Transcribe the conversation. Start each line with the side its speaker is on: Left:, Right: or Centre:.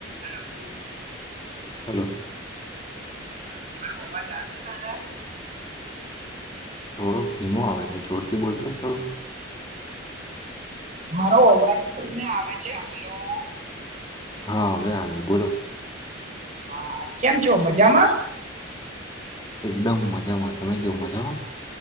Right: Hello
Left: hello
Right: હા માારું અવાજ આવે છે તો અમને
Left: થોડોક ધીમો આવે છે જોરથી બોલજો ને થોડું
Right: મારો અવાજ તમને આવે છે હલો
Left: હા હવે આયો બોલો
Right: હા કેમ છો મજામાં
Left: એકદમ મજામાં તમે કેવું મજામાં